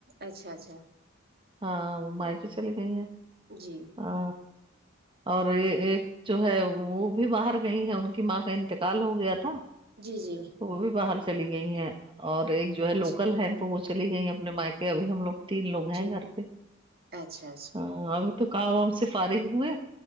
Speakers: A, on the right; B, on the right.
A: اچھا اچھا
B: ہاں وہ میکے چلی گئی ہیں
A: جی
B: ہ اور ایک جو ہے وہ بھی باہر گئی ہے ان کی ماں کا انت قال ہو گیا تھا
A: جی جی
B: تو وہ بھی باہر چلی گئی ہیں اور ایک جو ہے
A: اچھا
B: لوکل ہے تو وہ چلی گئی ہیں اپنے میکے ابھی ہم لوگ تین لوگ ہیں
A: جی
B: گھر پہ
A: اچھا اچھا
B: ہاں ابھی تو کام وام سے فارغ ہوئے